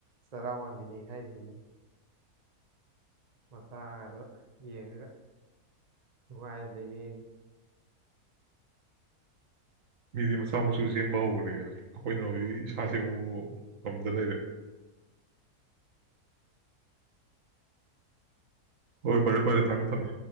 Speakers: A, on the right; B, on the right.
A: ꯆꯔꯥꯎ ꯋꯥꯟꯃꯤꯟꯅꯩ ꯍꯥꯏꯔꯤꯁꯤꯅꯦ ꯃꯆꯥꯗꯣ ꯌꯦꯡꯉꯒ ꯅꯨꯡꯉꯥꯏ ꯌꯦꯡ
B: ꯃꯤꯗꯤ ꯃꯆꯥ ꯃꯁꯨ ꯁꯦꯝꯕ ꯍꯧꯈ꯭ꯔꯦ ꯑꯩꯈꯣꯏꯅ ꯍꯧꯖꯤꯛ ꯏꯁꯥ ꯁꯦꯝꯕ ꯉꯝꯗ ꯂꯩꯔꯦ ꯍꯣꯏ ꯐꯔꯦ ꯐꯔꯦ ꯊꯝꯃꯦ ꯊꯝꯃꯦ